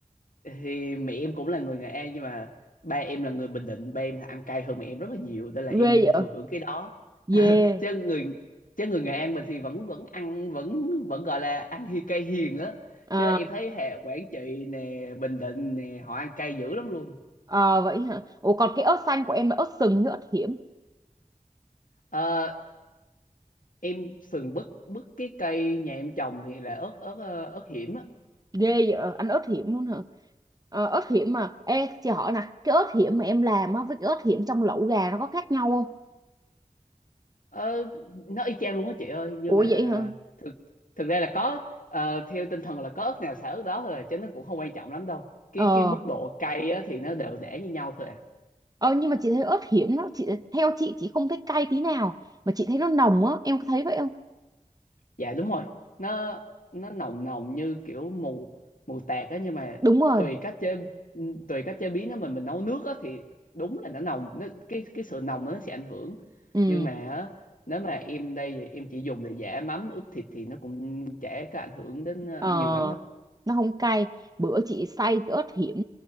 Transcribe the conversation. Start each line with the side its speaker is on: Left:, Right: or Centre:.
Left: thì mẹ em cũng là người Nghệ An nhưng mà ba em là người Bình Định ba em là ăn cay hơn mẹ em rất là nhiều nên là
Right: vậy
Left: em thừa hưởng cái đó
Right: dê
Left: <laughs>
Right: yeah.
Left: chứ người chứ người Nghệ An mình thì vẫn vẫn ăn vẫn vẫn gọi là ăn hi cay hiền á
Right: Ờ,
Left: chứ em thấy hệ Quảng Trị nè Bình Định nè họ ăn cay dữ lắm luôn
Right: Ờ vậy hả? Ủa còn cái ớt xanh của em là ớt sừng hay ớt hiểm?
Left: Ờ, em sườn bứt bứt cái cây nhà em trồng thì là ớt ớt ờ, ớt hiểm á
Right: Ghê vậy, ờ, ăn ớt hiểm luôn hả? Ờ, ớt hiểm mà. Ê, chị hỏi nè, cái ớt hiểm mà em làm á với cái ớt hiểm trong lẩu gà nó có khác nhau không?
Left: ờ, nó y chang luôn á chị ơi nhưng
Right: Ủa
Left: mà
Right: vậy hả?
Left: thực thực ra là có ờ, theo tinh thần là có ớt nào xả ớt đó thôi à, chứ nó cũng không quan trọng lắm đâu cái
Right: Ờ,
Left: cái mức độ cay á thì nó đều để như nhau thôi à
Right: ờ nhưng mà chị thấy ớt hiểm nó chị theo chị chị không thấy cay tí nào mà chị thấy nó nồng á, em có thấy vậy không?
Left: dạ đúng rồi nó nó nồng nồng như kiểu mù mù tạt á nhưng mà
Right: Đúng rồi.
Left: tùy cách chế tùy cách chế biến nó mình mình nấu nước á thì đúng là nó nồng nó cái cái sự nồng nó sẽ ảnh hưởng
Right: Ừ,
Left: nhưng mà á, nếu mà em đây thì em chỉ dùng để giả mắm ướp thịt thì nó cũng chả có ảnh hưởng đến ờ,
Right: ờ
Left: nhiều lắm đâu
Right: nó không cay. Bữa chị xay cái ớt hiểm